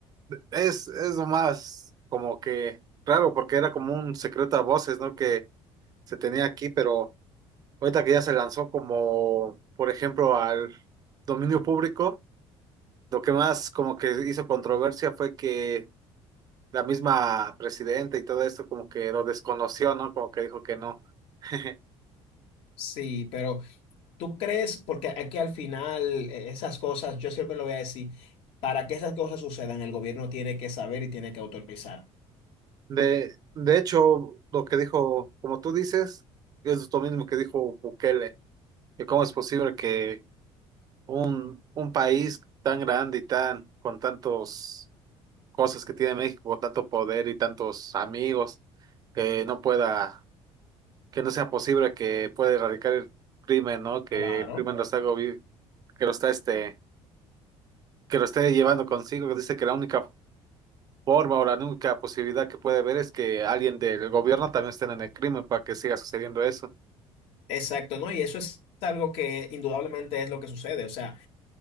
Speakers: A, on the right (about 35°); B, on the left (about 60°).
A: es, es lo más como que raro porque era como un secreto a voces, ¿no? Que se tenía aquí, pero ahorita que ya se lanzó como, por ejemplo, al dominio público, lo que más como que hizo controversia fue que la misma presidenta y todo esto como que lo desconoció, ¿no? Como que dijo que no. <laughs>
B: Sí, pero tú crees, porque aquí al final eh, esas cosas, yo siempre lo voy a decir, para que esas cosas sucedan, el gobierno tiene que saber y tiene que autorizar.
A: De, de hecho, lo que dijo, como tú dices, es lo mismo que dijo Bukele, y cómo es posible que un, un país tan grande y tan, con tantos cosas que tiene México, con tanto poder y tantos amigos, que no pueda, que no sea posible que pueda erradicar el crimen, ¿no? Que
B: Claro.
A: el crimen lo está gobi- que lo está este, que lo esté llevando consigo, que dice que la única forma o la única posibilidad que puede haber es que alguien del gobierno también esté en el crimen para que siga sucediendo eso.
B: Exacto, ¿no? Y eso es algo que indudablemente es lo que sucede. O sea,